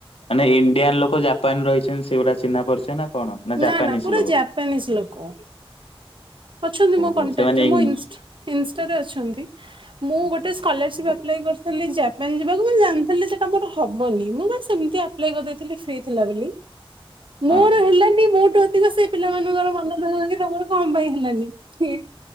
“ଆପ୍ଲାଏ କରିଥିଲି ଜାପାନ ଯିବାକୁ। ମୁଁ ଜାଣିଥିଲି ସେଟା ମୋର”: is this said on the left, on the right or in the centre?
Right